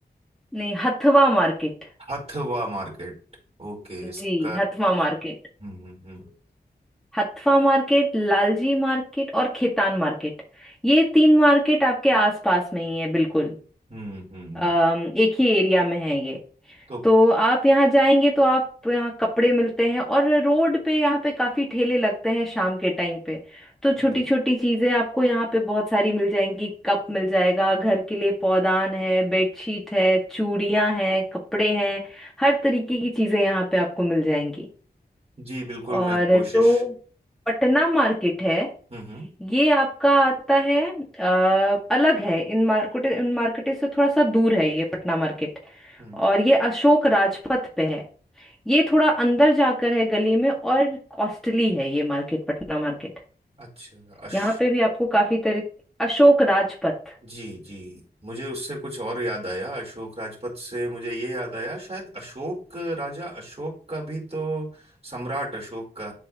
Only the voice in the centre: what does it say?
नहीं Hathwa market
Ji Hathwa market
Hathwa market Lalji market और खेतान मार्केट ये तीन मार्केट आपके आसपास में ही है बिल्कुल
अम, एक ही एरिया में है ये
तो आप यहाँ जाएंगे तो आप यहाँ कपड़े मिलते हैं और रोड पे यहाँ पे काफी ठेले लगते हैं शाम के टाइम पे तो
छोटी छोटी चीजें आपको यहाँ पे बहुत सारी मिल जाएंगी कप मिल जाएगा घर के लिए पौधान है बेडशीट है चूड़ियां हैं कपड़े हैं हर तरीके की चीजें यहाँ पे आपको मिल जाएंगी
और
जो पटना मार्केट है
ये आपका आता है अ, अलग है इन मार्केट इन मार्केट से थोड़ा सा दूर है ये पटना मार्केट
और ये अशोक राजपथ पे है ये थोड़ा अंदर जाकर है गली में और कॉस्टली है ये मार्केट पटना मार्केट
यहाँ पे भी आपको काफी तरह अशोक राजपथ